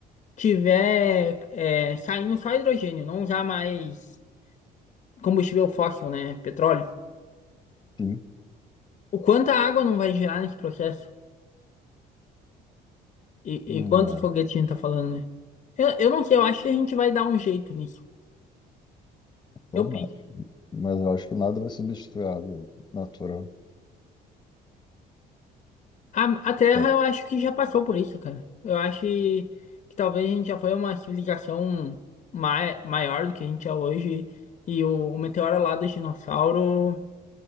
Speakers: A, on the left; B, on the left.
A: tiver é, saindo só hidrogênio, não usar mais combustível fóssil, né? Petróleo.
B: sim,
A: O quanto a água não vai gerar nesse processo? E,
B: Hum,
A: e quantos
B: é,
A: foguetes a gente tá falando, né? Eu, eu não sei, eu acho que a gente vai dar um jeito nisso.
B: normal.
A: Eu penso.
B: Mas eu acho que nada vai substituir a água natural,
A: A, a Terra,
B: que é,
A: eu acho que já passou por isso, cara. Eu acho que, que talvez a gente já foi uma civilização mai, maior do que a gente é hoje. E o, o meteoro lá dos dinossauros